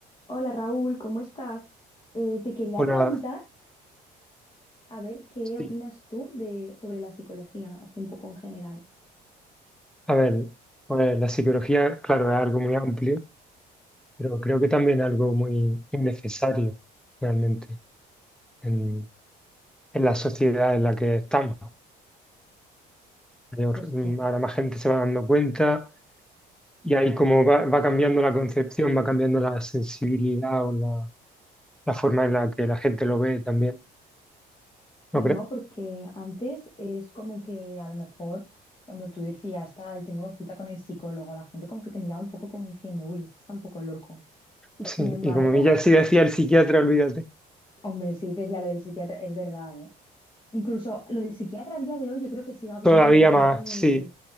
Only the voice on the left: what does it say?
Hola Raúl, ¿cómo estás? Eh, te quería
preguntar, a ver, ¿qué
opinas tú de, sobre la psicología, así un poco en general?
Pues
sí,
sí,
¿no? Porque antes es como que a lo mejor cuando tú decías, tal, tengo cita con el psicólogo, la gente como que te miraba un poco como diciendo, uy, este está un poco loco.
Sin embargo,
hombre, si dices ya lo del psiquiatra, es verdad, ¿eh? Incluso lo del psiquiatra a día de hoy yo creo que sigue habiendo
un poquito
de...